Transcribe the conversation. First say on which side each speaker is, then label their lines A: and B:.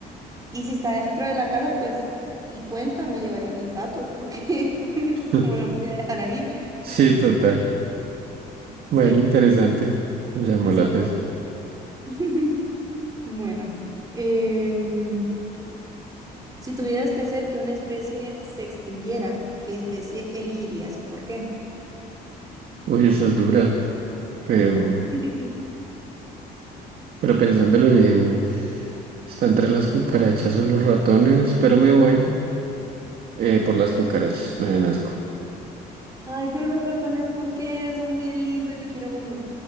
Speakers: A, on the right; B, on the right.
A: Y si está dentro de la casa, pues, y cuenta, me llevaría mis gatos, porque <laughs>
B: <laughs>
A: como lo voy a dejar ahí,
B: Sí, total. Bueno,
A: sí,
B: interesante. Me llamó
A: eso
B: la atención.
A: lo es <laughs> Bueno, em, si tuvieras que hacer que una especie se extinguiera, ¿qué especie elegirías y por qué?
B: Uy, esa es dura, pero...
A: <laughs>
B: Pero pensándolo bien, está entre las cucarachas o los ratones, pero me voy eh, por las cucarachas, me dan asco.
A: Ay, pero los ratones, ¿por qué? Son muy lindos, yo quiero uno.